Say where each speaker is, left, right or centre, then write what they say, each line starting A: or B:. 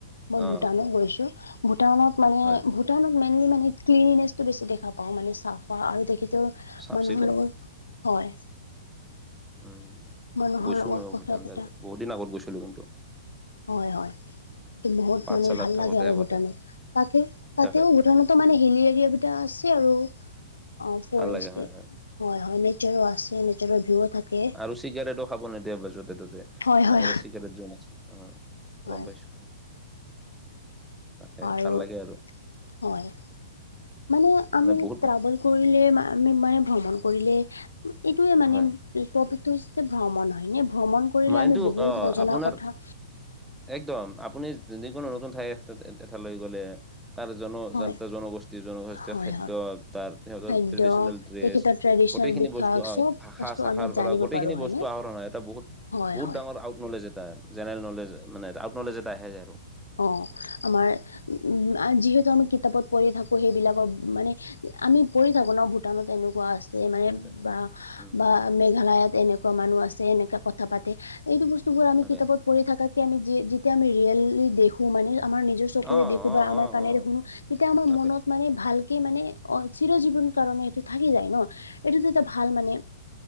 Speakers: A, on the left; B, in the centre.
A: মই
B: অ
A: ভূটানো গৈছোঁ ভূটানত মানে
B: হয় হয়
A: টাউনত মেইনলি মানে ক্লিনিনেছতো বছি দেখা পায় মানে চাফা আৰু- ত
B: চাফ
A: মানুহৰ
B: চিকুণ
A: লগত হয়।
B: উম,
A: মানুহৰ
B: গৈছোঁ
A: লগত
B: মই‌য়ো
A: কথা
B: ভূটান
A: পতা
B: বাৰু বহুত দিনৰ আগত গৈছিলোঁ কিন্তু।
A: হয় হয়, এইটো বহুত
B: পাঠশালাত
A: মানে ভাল
B: থাকোতে
A: লাগে আৰু
B: আগতে
A: ভূটানত, তাকে তাতেও
B: তাকে
A: ভূটানত- ত মানে হিলি এৰিয়া কেইটা আছে আৰু অ ফৰেষ্ট
B: ভাল লাগে হয়
A: হয় হয় নেচাৰো আছে নেচাৰৰ ভিউও থাকে
B: আৰু চিগাৰেটো খাব নিদিয়ে য'তে ত'তে
A: হয় হয়
B: বাহিৰত চিগাৰেট য আছে অ
A: হয়
B: গম পাইছোঁ তাকে
A: আৰু
B: ভাল লাগে আৰু
A: হয় মানে আমি
B: বহুত
A: ট্ৰাভেল কৰিলে
B: উম,
A: আমি মানে ভ্ৰমণ কৰিলে এইটোৱে মানে
B: হয়
A: টপিকটো হৈছে ভ্ৰমণ হয় নে ভ্ৰমণ কৰিলে
B: মাইণ্ডটো
A: আমি বহুত
B: অ
A: নজনা
B: আপোনাৰ
A: কথা।
B: একদম আপুনি যিকোনো নতুন ঠাই এঠাইলৈ গ'লে তাৰ জন
A: হয়
B: জনতা জনগোষ্ঠী জনগোষ্ঠীয়
A: হয়
B: খাদ্য
A: হয়
B: তাৰ তেহঁতৰ
A: খাদ্য
B: ট্ৰেডিচনেল ড্ৰেছ
A: তেখেতৰ ট্ৰেডিচনেল
B: গোটেইখিনি
A: বিষয়ক
B: বস্তু
A: চব
B: ভাষা
A: বস্তু
B: শাখাৰ
A: আমি জানিব
B: পৰা- সেইখিনি
A: পাৰোঁ হয়নে
B: বস্তু আহৰণ হয়, এটা বহুত-
A: হয়
B: বহুত
A: হয়
B: ডাঙৰ আউট নলেজ এটা, জেনেৰেল নলেজ মানে আউট নলেজ এটা আহি যায় আৰু।
A: অহ ', আমাৰ উম যিহেতু আমি কিতাপত পঢ়ি থাকো সেইবিলাকৰ মানে- আমি পঢ়ি থাকো ন ভূটানত এনেকুৱা আছে- মানে
B: নিশ্চয়।
A: বা
B: উম
A: বা মেঘালয়ত এনেকুৱা মানুহ আছে এনেকা কথা- পাতে, এইটো বস্তুবোৰ আমি
B: তাকে
A: কিতাপত পঢ়ি থকাতকে আমি- যেতিয়া আমি ৰিয়েললি দেখোঁ মানে আমাৰ নিজৰ - চকুৰে
B: অ
A: দেখো
B: অ
A: বা আমাৰ
B: অ
A: কানেৰে
B: অ
A: শুনোঁ, তেতিয়া আমাৰ
B: তাকে
A: মনত মানে ভাল- কে মানে অহ' চিৰ জীৱনৰ কাৰণে সেইটো থাকি যায় ন, এইটো যে এটা ভাল মানে-